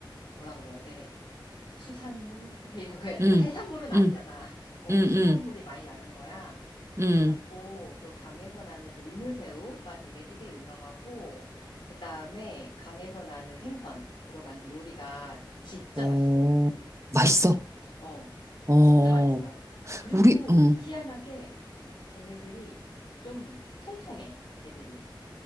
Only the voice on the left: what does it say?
뭐라 그래야 돼? 수산물이라고 해야 되나?
해산물은 아니잖아.
어,
수산물이 많이 나는 거야. 그래갖고
그 강에서 나는 그 민물새우가 되게 되게 유명하고 그다음에 강에서 나는 생선으로 만든 요리가 진짜
맛있어.
어,
진짜 맛있어. 그리고
희한하게 걔네들이 좀 통통해, 애들이.